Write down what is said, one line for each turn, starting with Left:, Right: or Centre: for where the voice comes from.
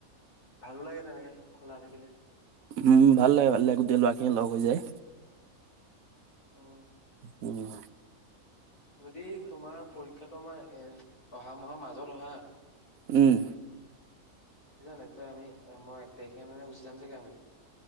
Left: ভালো লাগে তেনেকে খোলা থাকিলে।
Right: উম ভাল লাগে ভাল লাগে গোটেই ল'ৰাখিনি লগ হৈ যায়।
Left: উম।
Right: উম।
Left: যদি তোমাৰ পৰীক্ষাটো আমাৰ এ অহা মাহৰ মাজত হয় হাঁ।
Right: উম।
Left: শুনিছা নাই ত আমি মই এক তাৰিখ মানে গুচি যাম চাগে আমি।